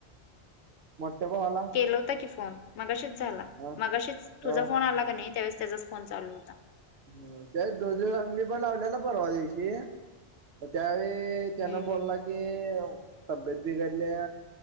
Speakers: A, on the right; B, on the left.
A: मोठया भावाला.
B: लावला होता की फोन, मगाशीच झाला.
A: हा
B: मगाशीच
A: हा.
B: तुझा फोन आला का नाही, त्यावेळेस त्याचाच फोन चालू होता.
A: ह तेच दोन दिवसा आधी मी पण लावल्याला परवा दिवशी. म त्यावेळी त्यानं
B: हम्म
A: बोलला
B: हम्म.
A: की तब्येत बिघडल्या,